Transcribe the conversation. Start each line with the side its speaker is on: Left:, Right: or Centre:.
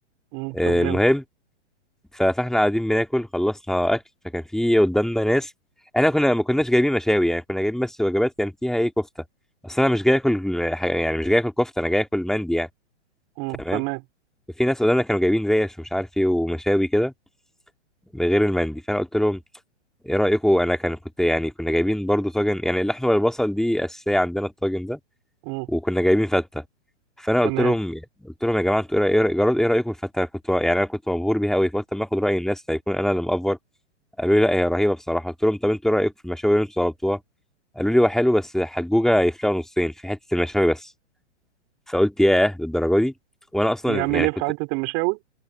Right: امم
Centre: آه،
Right: طب جامد
Centre: المهم ف- فاحنا قاعدين بناكل خلصنا اكل فكان في قدامنا ناس احنا كنا ما كناش جايبين مشاوي يعني كنا جايبين بس وجبات كان فيها ايه كفته اصل انا مش جاي اكل حاجة- يعني مش جاي اكل كفته انا جاي اكل مندي يعني
Right: امم
Centre: تمام
Right: تمام
Centre: في ناس قدامنا كانوا جايبين ريش ومش عارف ايه ومشاوي كده غير المندي فانا قلت لهم ايه رايكم انا كان كنت يعني كنا جايبين برضو طاجن يعني اللحمه والبصل دي اساسيه عندنا الطاجن ده
Right: امم
Centre: وكنا جايبين فته فانا
Right: تمام
Centre: قلت لهم قلت لهم يا جماعه انتوا ايه رأي- إيه رأي- جراد ايه رايكم في الفته انا كنت يعني انا كنت مبهور بيها قوي فقلت اما اخد راي الناس هيكون انا اللي مقفر قالوا لي لا هي رهيبه بصراحه قلت لهم طب انتوا ايه رايكم في المشاوي اللي انتوا طلبتوها قالوا لي هو حلو بس حجوجه يفلقوا نصين في حته المشاوي بس فقلت ياه للدرجه دي وانا اصلا
Right: يعمل
Centre: يعني
Right: ايه
Centre: كنت
Right: في حتة المشاوي